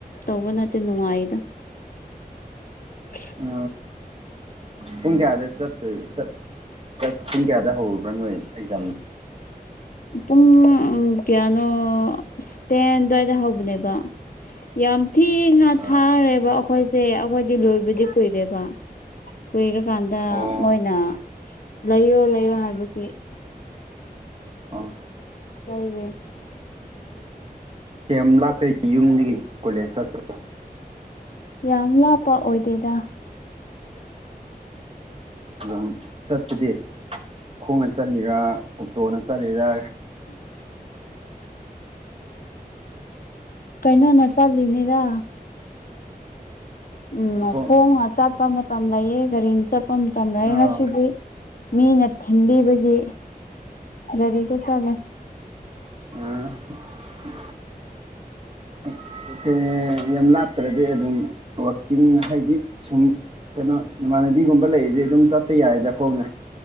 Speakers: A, on the left; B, on the right.
A: ꯇꯧꯕ ꯅꯠꯇꯦ ꯅꯨꯡꯉꯥꯏꯗ <unintelligible>
B: ꯑ ꯄꯨꯡ ꯀꯌꯥꯗ ꯆꯠꯇꯣꯏ ꯆꯠ ꯐꯇꯤꯟ ꯀꯌꯥꯗ ꯍꯧꯔꯨꯕ꯭ꯔꯥ ꯅꯣꯏ ꯑꯦꯛꯖꯥꯝ
A: ꯄꯨꯡ ꯀꯌꯥꯅꯣ ꯇꯦꯟ ꯑꯗꯨꯋꯥꯏꯗ ꯍꯧꯕꯅꯦꯕ ꯌꯥꯝ ꯊꯤꯅ
B: ꯑꯥ
A: ꯊꯥꯔꯦꯕ ꯑꯩꯈꯣꯏꯁꯦ ꯑꯩꯈꯣꯏꯗꯤ ꯂꯣꯏꯕꯗꯤ ꯀꯨꯏꯔꯦꯕ ꯀꯨꯏꯔꯀꯥꯟꯗ
B: ꯑꯣ
A: ꯃꯣꯏꯅ ꯂꯩꯌꯣ ꯂꯩꯌꯣ ꯍꯥꯏꯕꯒꯤ ꯑ
B: ꯑꯣ
A: ꯇꯩꯔꯦ
B: ꯀꯦꯝ ꯂꯥꯛꯄꯒꯤ ꯌꯨꯝꯁꯤꯒꯤ ꯀꯣꯂꯦꯖ ꯆꯠꯄ
A: ꯌꯥꯝ ꯂꯥꯞꯄ ꯑꯣꯏꯗꯦꯗ
B: ꯑꯗꯨꯝ ꯆꯠꯄꯗꯤ ꯈꯣꯡꯅ ꯆꯠꯂꯤꯔ ꯑꯣꯛꯇꯣꯅ ꯆꯠꯂꯤꯔ
A: ꯁꯦ ꯀꯩꯅꯩꯅꯣ ꯅ ꯆꯜꯂꯤꯅꯤꯔ ꯎꯝ
B: ꯈꯣꯡ
A: ꯍꯣꯡꯅ ꯆꯠꯄ ꯃꯇꯝ ꯂꯩꯑ ꯒꯥꯔꯤꯅ ꯆꯠꯄ ꯃꯇꯝ ꯂꯩꯑ
B: ꯑꯥ
A: ꯉꯁꯤꯗꯤ ꯃꯤꯅ ꯊꯤꯟꯕꯤꯕꯒꯤ ꯒꯥꯔꯤꯗ ꯆꯠꯂꯦ
B: ꯎ ꯎ <unintelligible> ꯌꯥꯝ ꯂꯥꯞꯇ꯭ꯔꯗꯤ ꯑꯗꯨꯝ ꯋꯥꯛꯀꯤꯡ ꯍꯥꯏꯗꯤ ꯁꯨꯝ ꯀꯩꯅꯣ ꯅꯃꯥꯟꯅꯕꯤꯒꯨꯝꯕ ꯂꯩꯔꯤꯗꯤ ꯑꯗꯨꯝ ꯆꯠꯄ ꯌꯥꯏꯗ ꯈꯣꯡꯅ